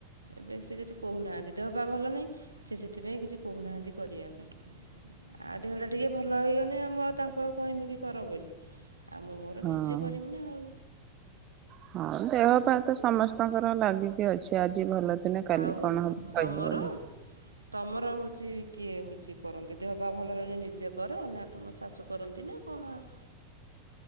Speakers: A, on the right; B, on the right.
A: ଏବେ ସେ କିଛି କହୁନାହାନ୍ତି ଦେହ ପା ଭଲ ନାହିଁ ସେ ସେଥିପାଇଁ କିଛି କହୁନାହାନ୍ତି କରିବା ପାଇଁ। ଆଉ ଦେହଟା ଟିକେ ଭଲ ହେଇଗନେ ମୁଁ ଆଉ ତାଙ୍କୁ ଆଉ କହମି କି କର ବୋଲି ଆଉ ମୁଁ ମୋର
B: ହଁ।
A: ନିଜେ କରିମି ନା ଆଉ।
B: ହଁ ଦେହ ପା ତ ସମସ୍ତଙ୍କର ଲାଗିକି ଅଛି ଆଜି ଭଲ ଥିନେ କାଲି
A: ଆଉ
B: କଣ ହବ୍
A: ତମର
B: କହିହବନି।
A: ତମର ହଉଚି କିଏ ହଉଚି କରନ୍ତି ଦେହ ପା ଭଲ ରହିଲେ ନିଜେ କର ନା ତମ ଶାଶୁ କରନ୍ତି ନା କଣ ଆଉ?